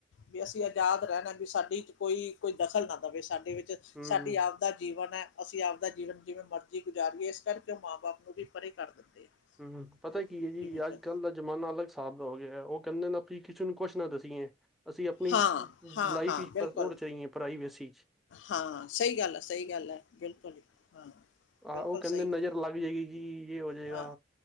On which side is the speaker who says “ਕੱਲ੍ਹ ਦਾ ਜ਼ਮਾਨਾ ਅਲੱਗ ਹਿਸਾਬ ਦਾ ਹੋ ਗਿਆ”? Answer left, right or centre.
Centre